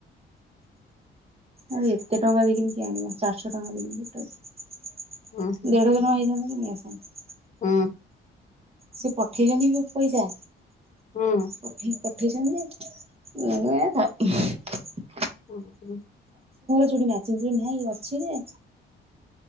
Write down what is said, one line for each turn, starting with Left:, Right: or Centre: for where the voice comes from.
Right: ଆ ଏତେ ଟଙ୍କା ଦେଇକିନ କି ଆଣିବ ଚାରିଶହ ଟଙ୍କା ଦେଇକିନି ଛଟ
Left: ହୁଁ ହୁଁ
Right: ଦେଢ ଦିନ <unintelligible> ହେଇଯନ୍ତ କି ନେଇ ଆସନ୍ତେ <unintelligible>
Left: ହୁଁ।
Right: ସେ ପଠେଇଛନ୍ତି କି ପଇସା
Left: ହୁଁ।
Right: ପଠେଇ ପଠେଇଛନ୍ତି? <unintelligible>
Left: ହ ହ <inaudible>
Right: <unintelligible> ଚ ନାଚାଇ ଅଛି ଯେ